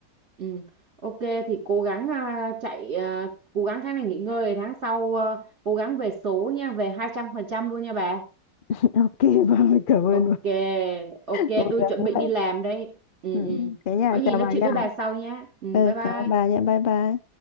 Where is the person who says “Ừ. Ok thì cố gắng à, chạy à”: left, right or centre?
Right